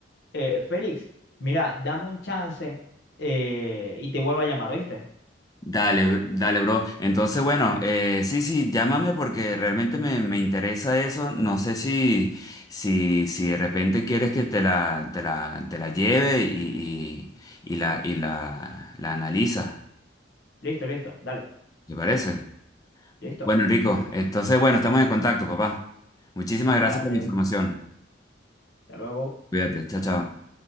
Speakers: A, on the left; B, on the left.
A: Eh, Félix, mira, dame un chance eh, y te vuelvo a llamar, ¿oíste?
B: Dale, br- dale, bro. Entonces, bueno, eh, sí, sí, llámame porque realmente me, me interesa eso. No sé si, si, si de repente quieres que te la, te la, te la lleve y, y, y la, y la, la analiza.
A: Listo, listo, dale,
B: ¿Te parece?
A: listo,
B: Bueno, Rico, entonces, bueno, estamos en contacto, papá. Muchísimas
A: dale,
B: gracias por la información.
A: hasta luego.
B: Cuídate, chao, chao.